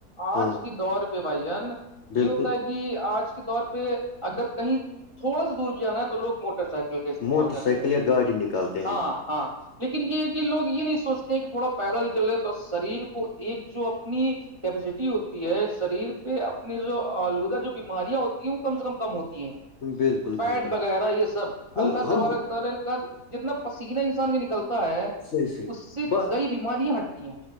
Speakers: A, on the right (about 30°); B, on the left (about 60°).
A: آج
B: ہاں
A: کے دور پہ بھائی جان یہ
B: بالکل
A: ہوتا ہے کہ کہ آج کے دور پہ اگر کہیں تھوڑا سا دور بھی جانا ہے تو لوگ موٹر سائیکل استعمال
B: موٹر
A: کرتے
B: سائیکل
A: ہیں
B: یا گاڑی نکالتے
A: ہاں
B: ہیں
A: ہاں لیکن ہے کہ لوگ یہ نہیں سوچتے کہ تھوڑا پیدل چل رہا تو شریر کو ایک جو اپنی کیپیسٹی ہوتی ہے شریر پہ اپنی جو آلودہ جو بیماریاں ہوتی ہیں وہ کم سے کم کم ہوتی ہیں
B: بالکل
A: فیٹ
B: بالکل
A: وغیرہ یہ سب
B: ہم
A: اللہ تبارک
B: ہم وہ-
A: تعالی نے کہ جتنا پسینہ انسان کے نکلتا ہے
B: صحیح صحیح
A: اس سے
B: ب
A: کئی بیماریاں ہٹتی ہیں